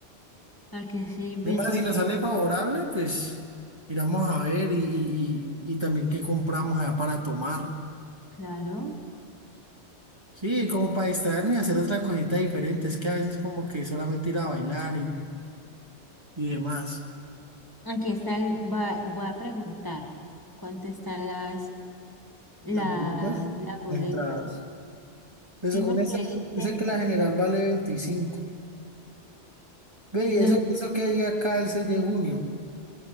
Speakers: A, on the left; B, on the right.
A: Aquí estoy viendo
B: Además, si nos
A: qué
B: sale
A: dice.
B: favorable, pues miramos a ver y, y- y- y también qué compramos allá para tomar.
A: Claro.
B: Sí, como para distraerme y hacer otra cosita diferente. Es que a veces como que solamente ir a bailar y, y demás.
A: Aquí está el, va, voy a preguntar cuánto están las, las,
B: Las boletas,
A: las boletas.
B: las entradas. Pues
A: Sí,
B: según
A: porque
B: ese,
A: dice
B: dice que la general vale veinticinco Ve, ¿y
A: ¿dónde?
B: eso, eso qué día cae el 6 de junio?